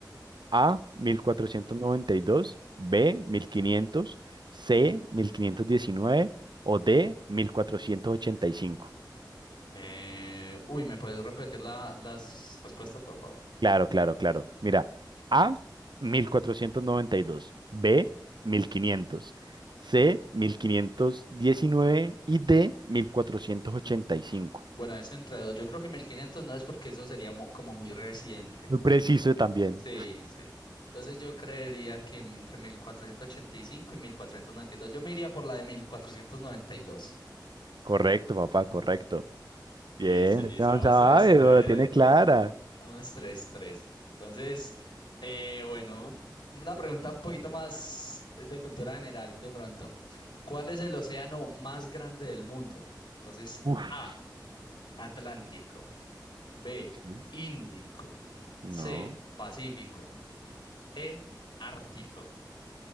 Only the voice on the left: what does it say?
Eh, uy, ¿me puedes repetir la- las respuestas, por favor?
Bueno, es entre dos. Yo creo que 1500 no es porque eso sería mo- como muy reciente.
Sí, sí. Entonces yo creería que entre mil cuatrocientos ochenta y cinco y y mil cuatrocientos noventa y dos. Yo me iría por la de 1492.
Listo, listo,
vamos
tres, tres.
Vamos, tres, tres. Entonces, eh, bueno, una pregunta un poquito más de cultura general de pronto. ¿Cuál es el océano más grande del mundo? Entonces,
A, Atlántico, B,
Índico,
C, Pacífico, D, Ártico.